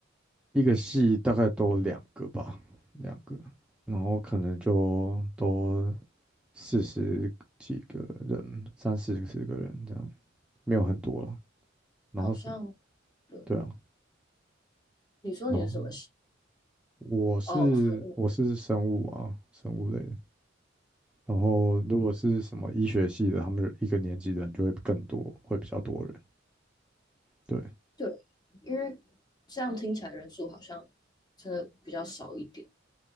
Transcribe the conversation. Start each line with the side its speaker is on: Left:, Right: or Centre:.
Centre: 一个系大概多两个吧，两个，然后可能就多四十几个人，三四十个人这样，没有很多了。然后是，
Left: 好像对，
Centre: 对啊，
Left: 你说你是什么系？
Centre: 然后我是我是生物啊，
Left: 哦，生物
Centre: 生物类的。然后如果是什么医学系的，他们一个年级的人就会更多，会比较多人。对，
Left: 对，因为这样听起来人数好像真的比较少一点。